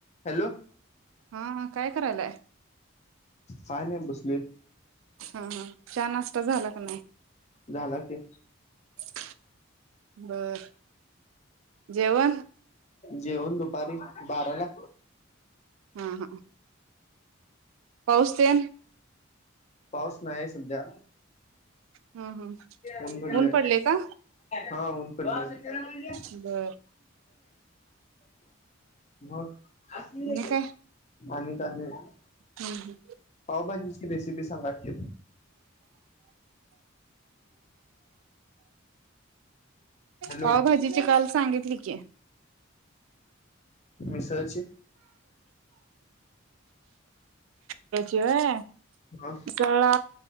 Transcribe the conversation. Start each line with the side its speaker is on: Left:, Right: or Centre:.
Left: हॅलो
Right: हा, हा काय? कराल्यास
Left: काय नाही बसलोय
Right: हा हा चहा, नाष्टा झाला काय नाय?
Left: झाला की
Right: <inaudible> बर जेवण
Left: जेवन दुपारी बाराला
Right: हा, हा पाऊस तेन?
Left: पाऊस नाही सध्या
Right: हम्म हम्म
Left: ऊन पडलय
Right: पडले का
Left: हा ऊन पडलय
Right: बर
Left: मगं आसूदे
Right: आणि
Left: की
Right: काय
Left: आणि का नाही
Right: हम्म
Left: पाव भाजीची रेसिपी सांगा की?
Right: <inaudible>
Left: हॅलो
Right: पावभाजीची कालच सांगितली की
Left: मिसळची
Right: त्याची व्हय मिसळला
Left: ह